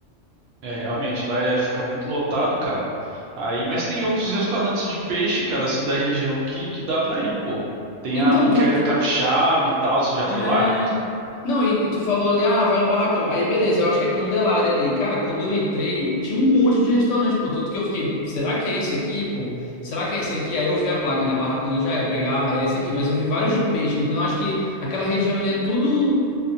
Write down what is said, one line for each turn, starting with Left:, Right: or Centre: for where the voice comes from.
Right: é realmente lá é- fica muito lotado, cara. Aí, mas tem outros restaurantes de peixe, cara, assim, da região que, que dá pra ir, pô. Tem
Left: Então,
Right: a Moqueca
Left: tu, tu-
Right: Capixaba e tal, você já foi
Left: É.
Right: lá?
Left: Não, e, e tu falou ali, ah, vai no barracão. Aí, beleza, eu acho que é Candelária ali. Cara, quando eu entrei, tinha um monte de restaurante, pô. Tanto que eu fiquei, será que é esse aqui, pô? Será que é esse aqui? Aí eu vi a placa, né? Barracão do Jair. Eu peguei, ah, é esse aqui. Mas eu vi vários de peixe. Então eu acho que aquela região ali é tudo